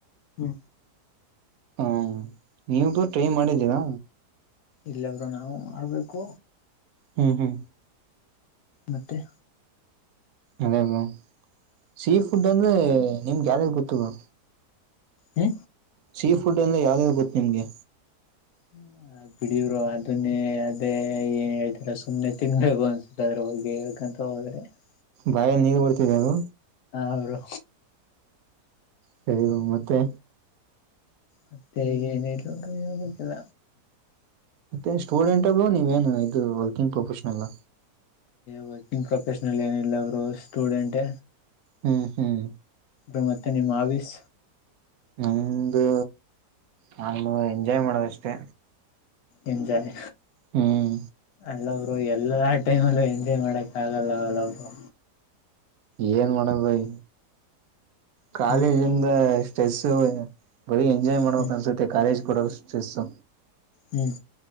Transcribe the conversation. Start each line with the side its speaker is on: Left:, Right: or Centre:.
Left: ಹಾ
Right: ಹಾ ನೀವಗೂ ಟ್ರೈ ಮಾಡಿದ್ದೀರಾ
Left: ಇಲ್ಲಾದ್ರರು ನಾವು ಮಾಡ್ಬೇಕು
Right: ಹ್ಮ್ ಹ್ಮ್
Left: ಮತ್ತೆ
Right: ಅದೇಬಾ ಸೀ ಫುಡ್ ಅಂದ್ರೆ ನಿಮ್ಗೆ ಯಾವ್ದಾಗ ಗೊತ್ತು ಬ
Left: ಹ್ಮ
Right: ಸೀ ಫುಡ್ ಎಂದ ಯಾವ್ದಾರ ಗೊತ್ತು ನಿಮಗೆ
Left: ಹ್ಮ್ <unintelligible> ಬಿಡವರು ಅದನ್ನೇ ಅದೇ ಏನ್ ಹೇಳ್ತರ ಸುಮ್ನೆ ತಿನ್ಬೇಕು ಅನ್ಸುತ್ತ ಅದ್ರಗೆ ಯಾಕ್ರ <unintelligible>
Right: ಬಾಯ ನೀರು ಕೊಡ್ತಿದ್ದವು
Left: ಅವರು
Right: ಸರಿ ಮತ್ತೆ
Left: ಮತ್ತೆ ನ ರೂಲ
Right: ಮತ್ತೆ ಸ್ಟೂಡೆಂಟ್ಬ್ರು ನೀವೇನು ಇದು ವರ್ಕಿಂಗ್ ಪ್ರೊಫೆಷನ್ಲ್
Left: ವರ್ಕಿಂಗ್ ಪ್ರೊಫೆಷನಲ್ ಏನಿಲ್ಲ ಅವರು ಸ್ಟೂಡೆಂಟ್
Right: ಹ್ಮ್ ಹ್ಮ್
Left: ಅ ಮತ್ತೆ ನಿಮ್ಮಾವಿಸ
Right: ನಮಂದು ನಾನು ಎಂಜಾಯ್ ಮಾಡೋದಷ್ಟೆ
Left: ಎಂಜಾಯ್
Right: ಹ್ಮ್
Left: ಅಲ್ಲಬ್ರು ಎಲ್ಲಾ ಟೈಮ್ಲ್ಲೂ ಎಂಜಾಯ್ ಮಾಡಕ್ ಆಗಲ್ಲ ಅವಲ್ಲಬ್ರು
Right: ಏನ್ ಮಾಡದಯ ಕಾಲೇಜ್ಂದ
Left: ಹ್ಮ್
Right: ಸ್ಟ್ರೆಸ್ಸ ಬರೀ ಎಂಜಾಯ್ ಮಾಡ್ಬೇಕಕ್
Left: ಹ್ಮ್
Right: ಅನ್ಸುತ್ತೆ ಕಾಲೇಜ್ <unintelligible>
Left: ಹ್ಮ್